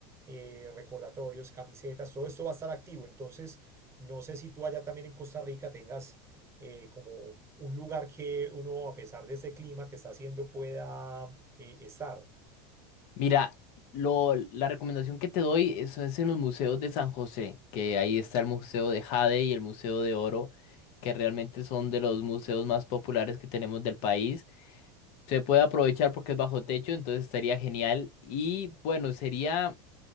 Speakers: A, on the right (about 25°); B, on the left (about 60°).
A: eh, recordatorios, camisetas, todo esto va a estar activo. Entonces, no sé si tú allá también en Costa Rica tengas eh, como un lugar que uno, a pesar de ese clima que está haciendo, pueda eh, estar.
B: Mira, lo, la recomendación que te doy eso es en los museos de San José, que ahí está el Museo de Jade y el Museo de Oro, que realmente son de los museos más populares que tenemos del país. se puede aprovechar porque es bajo techo, entonces estaría genial. Y bueno, sería